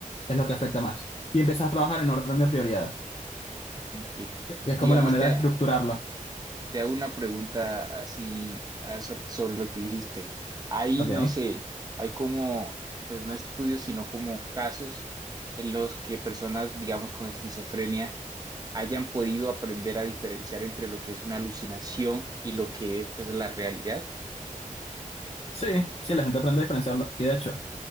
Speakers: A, on the left (about 45°); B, on the right (about 25°).
A: es lo que afecta más. Y empiezas a trabajar en orden de prioridad.
B: Ok.
A: Y es
B: Digamos,
A: como la manera
B: te,
A: de estructurarlo.
B: te hago una pregunta así ah, sor- sobre lo que dijiste. Hay,
A: Ok.
B: no sé, hay como, pues no estudios, sino como casos en los que personas, digamos, con esquizofrenia hayan podido aprender a diferenciar entre lo que es una alucinación y lo que es, pues, la realidad.
A: Sí, sí, la gente aprende a diferenciarlo. Y de hecho,